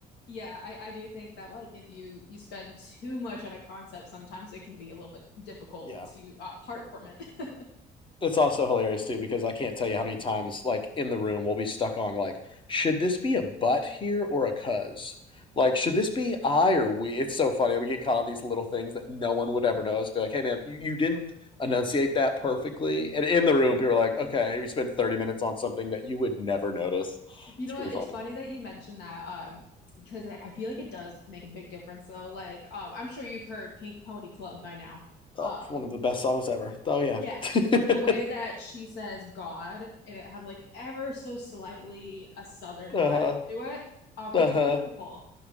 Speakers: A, on the left; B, on the left.
A: Yeah, I, I do think that like if you you spend too much on a concept, sometimes it can be a little bit difficult
B: Yeah.
A: to uh, part from it. <laughs>
B: It's also hilarious too because I can't tell you how many times, like in the room, we'll be stuck on like, should this be a but here or a cuz? Like, should this be I or we? It's so funny. We get caught on these little things that no one would ever notice. Be like, hey, man, you, you didn't enunciate that perfectly. And in the room, people are like, okay, we spent 30 minutes on something that you would never notice.
A: You
B: It's
A: know
B: pretty
A: what? It's
B: funny.
A: funny that you mentioned that, um, because I, I feel like it does make a big difference. So, like, um, I'm sure you've heard Pink Pony Club by now.
B: Oh,
A: Um,
B: one of the best songs ever. Oh, yeah.
A: Yeah.
B: <laughs> uh
A: But the way that she says God and it has like ever so slightly a southern
B: huh.
A: vibe to it, um,
B: Uh
A: it's
B: huh.
A: beautiful,